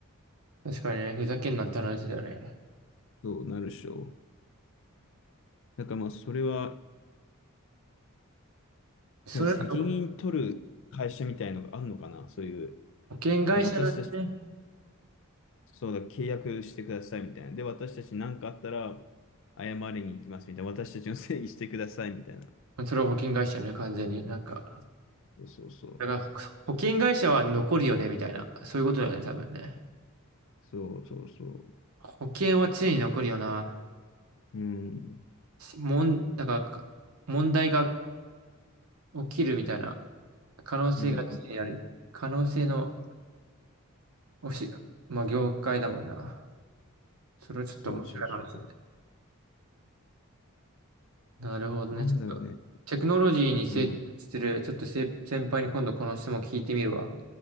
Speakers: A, on the right; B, on the left.
A: 確かにね、ふざけんなって話だよね。
B: どうなるでしょう。だからまあ、それは、
A: それは
B: いや、責任取る会社みたいのがあるのかな、そういう、
A: 保険会社なんでね。
B: もう私たち、そうだ、契約してくださいみたいな。で、私たち何かあったら、謝りに行きますみたいな。私たちのせいにしてくださいみたいな。
A: それは保険会社よね、完全に。なんか、
B: そうそうそう。
A: だから保険会社は残るよね、みたいな。そういうことだよね、多分ね。
B: そうそうそ
A: 保険は常に残るよな。
B: う。うん。
A: もん、だからか、問題が起きるみたいな可能性が常にある。
B: うん。
A: 可能性のおし、まあ、業界だもんな。それはちょっと面白い話だね。
B: そうそうそう。
A: なるほどね。
B: なんだろうね。
A: ちょっと、テクノロジーに精通してる、
B: うん。
A: ちょっとせ先輩に今度この質問聞いてみるわ。